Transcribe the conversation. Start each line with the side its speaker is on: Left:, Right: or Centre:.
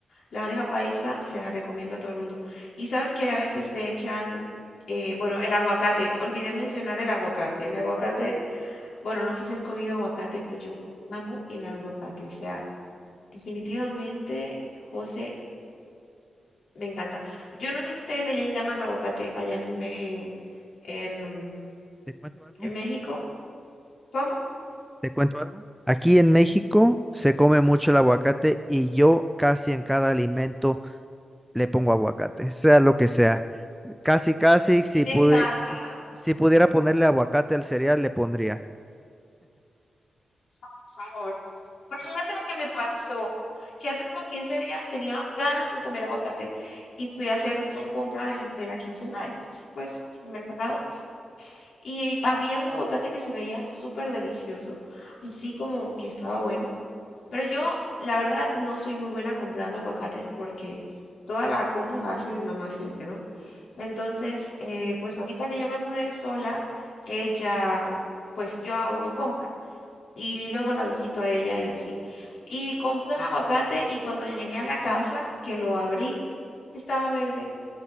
Left: la bandeja paisa se la recomiendo a todo el mundo. Y sabes que a veces le echan, eh, bueno, el aguacate. Olvidé mencionar el aguacate. El aguacate, bueno, no sé si has comido aguacate, pero yo amo el aguacate. O sea, definitivamente, José, me encanta. Yo no sé si ustedes le llaman aguacate allá en, Ve- en en
Centre: ¿Te cuento algo?
Left: ¿En México? ¿Cómo? A
Centre: ¿Te cuento algo? Aquí en México se come mucho el aguacate y yo casi en cada alimento le pongo aguacate, sea lo que sea. Casi, casi, si
Left: mí me
Centre: pude,
Left: encanta,
Centre: si pudiera ponerle aguacate al cereal, le pondría.
Left: por favor. Pero imagínate lo que me pasó, que hace como 15 días tenía ganas de comer aguacate y fui a hacer la compra del- de la quincena del mes, pues, el mercado, y había un aguacate que se veía súper delicioso, así como que estaba bueno, Pero yo, la verdad, no soy muy buena comprando aguacates porque toda la compra la hace mi mamá siempre, ¿no? Entonces, eh, pues ahorita que yo me mudé sola, ella, pues yo hago mi compra y luego la visito a ella y así. Y compré el aguacate y cuando llegué a la casa, que lo abrí, estaba verde